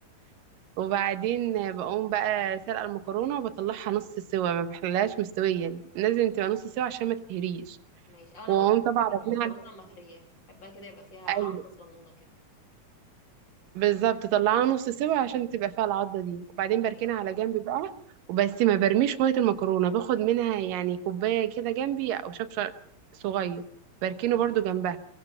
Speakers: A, on the right (about 85°); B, on the left (about 35°).
A: وبعدين بقوم بقى سلقة المكرونة وبطلعها نص سوا ما بخليهاش مستوية لازم تبقى نص سوا عشان ما تتهريش
B: ماشي أو انا
A: واقوم
B: برضه
A: طبعا
B: بحب
A: راكنها
B: المكرونه مهريه بحبها كده يبقى فيها عضه
A: ايوه
B: صغنونه كده
A: بالظبط طلعها نص سوا عشان تبقى فيها العضة دي وبعدين بركنها
B: ماشي
A: على جنب بقى وبس ما برميش مية المكرونة باخد منها يعني كوباية كده جنبي او شفشة صغير بركنه
B: ايوه
A: برضو جنبها